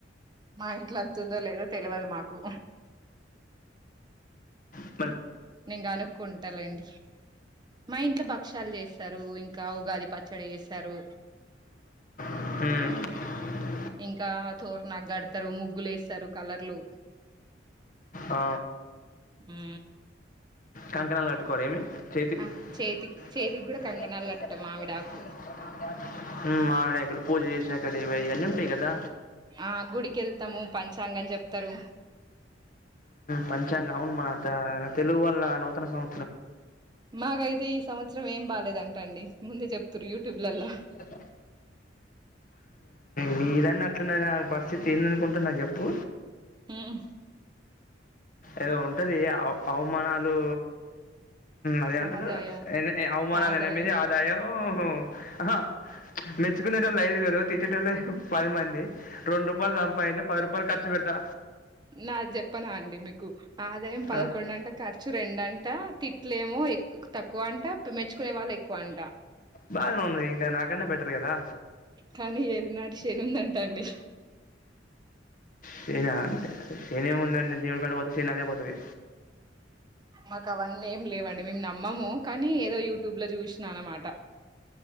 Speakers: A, on the right (about 25°); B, on the left (about 45°).
A: మా ఇంట్లో అంత ఉందో లేదో తెలవదు మాకు
B: అ
A: నేను కనుక్కుంటాలేండి మా ఇంట్లో భక్ష్యాలు చేస్తారు ఇంకా ఉగాది పచ్చ చడీ చేస్తారు
B: హూ
A: ఇంకా తోరాన కడు తరు ముగ్గులు వేస్తారు కలర్లు
B: ఆ!
A: హు
B: కంకణాలు కట్టుకోర ఏమి చేతి
A: ఆ చేతికి
B: <unintelligible>
A: చేతికి కూడా కంకణాలు కట్టుకుంటాం మావిడాకు
B: మామిడకులు పూజ నక్కవి ఇవి అన్నీ ఉంటాయి కదా
A: ఆ గుడికి వెళ్తాము పంచాంగం చెప్తారు
B: పంచాంగ అవును మన తెలుగు వాల్ల నూతన సంవ
A: మాకైతే ఈ సంవత్సరం ఏం బాగాలేదంట అండి ముందే చెప్తారు యూట్యూబ్లలో
B: <inaudible> మీదన్న అట్లున్నా నా పరిస్థితి ఏంద అనుకుంటున్నా చెప్పు
A: హ్ము
B: ఏదో ఉంటది అవమానాలు అదే ఏం అంటారు
A: ఆదాయం
B: ఎ అవమానాలు
A: ఆదాయం
B: ఎనిమీది ఆదాయం ఆహా మెచ్చుకునే తోళ్ళు ఐదుగురు తిట్టే టోల్లు పది మంది రెండు రూపాయలు సంపాదిస్తే పది రూపాయలు ఖర్చు పెడతా
A: నా చెప్పనా అండి మీకు ఆదాయం పదకొండట
B: ఆ!
A: ఖర్చు రెండంట తిట్లేమో తక్కువ అంట మెచ్చుకునే వాళ్ళు ఎక్కువ అంట
B: బాగానే ఉంది ఇంకా నాకన్నా బెటర్ కదా
A: కానీ ఎళనాటి శనుందంటా అండి
B: శనా శనే ఏమి ఉందండి దేవుని కాడా పోతే శనీ అదే పోతుంది
A: మాకు అవన్నీ ఏం లేవండి మేము నమ్మము కానీ ఏదో యూట్యూబ్ లో చూసినా అనమాట